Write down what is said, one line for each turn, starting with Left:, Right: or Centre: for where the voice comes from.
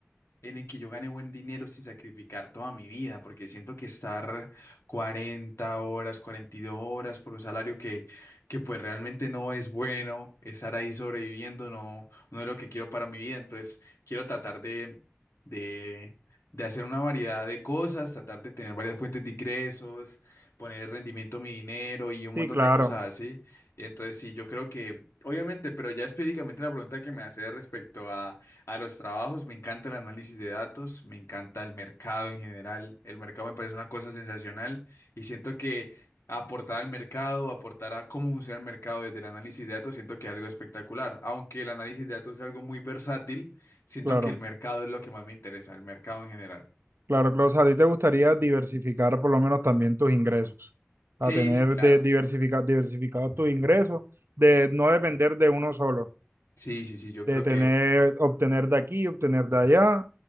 Left: en el que yo gane buen dinero sin sacrificar toda mi vida, porque siento que estar 40 horas, 42 horas por un salario que, que pues realmente no es bueno, estar ahí sobreviviendo no, no es lo que quiero para mi vida, entonces quiero tratar de, de, de hacer una variedad de cosas, tratar de tener varias fuentes de ingresos, poner el rendimiento a mi dinero y un
Right: sí,
Left: montón
Right: claro,
Left: de cosas así. Entonces sí, yo creo que, obviamente, pero ya específicamente la pregunta que me hace respecto a a los trabajos, me encanta el análisis de datos, me encanta el mercado en general. El mercado me parece una cosa sensacional y siento que aportar al mercado, aportar a cómo funciona el mercado desde el análisis de datos, siento que es algo espectacular. Aunque el análisis de datos es algo muy versátil, siento
Right: claro,
Left: que el mercado es lo que más me interesa, el mercado en general.
Right: claro, claro. O sea, a ti te gustaría diversificar por lo menos también tus ingresos,
Left: Sí,
Right: a tener
Left: sí, claro.
Right: de diversificar, diversificado tus ingresos, de no depender de uno solo.
Left: Sí, sí, sí, yo
Right: de
Left: creo
Right: tener,
Left: que...
Right: obtener de aquí, obtener de allá